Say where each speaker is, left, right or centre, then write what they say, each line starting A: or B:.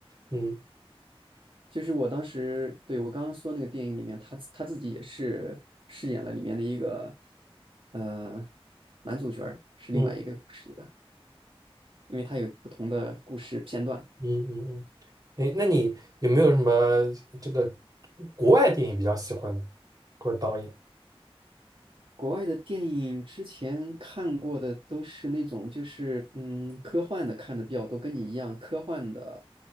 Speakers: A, on the right; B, on the right.
A: 嗯
B: 就是我当时，对，我刚刚说那个电影里面，他自他自己也是饰演了里面的一个呃男主角儿，是另外一个故事里的，
A: 嗯
B: 因为他有不同的故事片段。
A: 嗯嗯嗯，哎，那你有没有什么这个国外电影比较喜欢的，或者导演、
B: 国外的电影之前看过的都是那种就是嗯科幻的看的比较多，跟你一样科幻的，